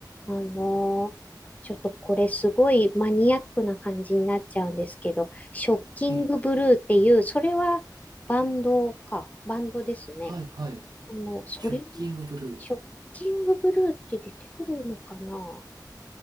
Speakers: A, on the left; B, on the right.
A: あの、ちょっとこれすごいマニアックな感じになっちゃうんですけど、ショッキングブルーっていう、
B: ええ、
A: それはバンドか、バンドですね。
B: はい、はい。
A: あの、それ、
B: ショッキングブルー。
A: ショッキングブルーって出てくるのかな